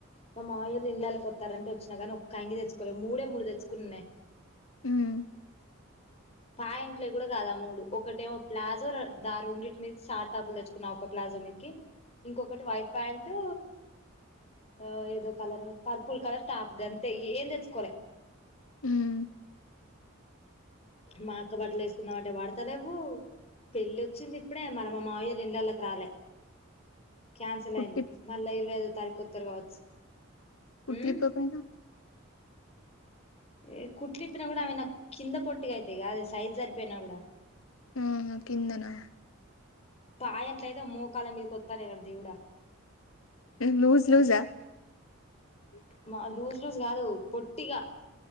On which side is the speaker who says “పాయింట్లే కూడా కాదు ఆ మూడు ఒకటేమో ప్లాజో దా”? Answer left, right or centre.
Left